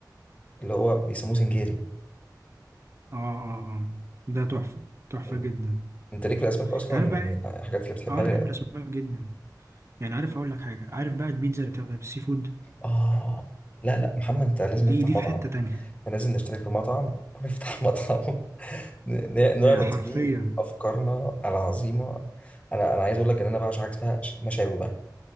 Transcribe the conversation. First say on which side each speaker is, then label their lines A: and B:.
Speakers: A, on the left (about 20°); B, on the right (about 40°).
A: اللي هو بيسموه سنجاري
B: اه اه اه ده تحفه تحفه
A: إن-
B: جدا
A: انت ليك في الاسماك اصلا
B: انت عارف
A: من
B: بقى إيه؟
A: الحاجات اللي بتحبها
B: اه انا
A: لي.
B: بحب الاسماك جدا يعني عارف اقول لك حاجه عارف بقى البيتزا اللي بتبقى بالسي فود
A: اه لا لا محمد انت لازم
B: دي
A: نفتح
B: دي
A: مطعم
B: في حته تانية
A: إحنا لازم نشترك في مطعم ونفتح <laughs> مطعم ن- ن-
B: <laughs> ب-
A: نعرض
B: حرفيا
A: فيه افكارنا العظيمه انا انا عايز اقول لك ان انا بعشق حاجه اسمها ش- مشاوي بقى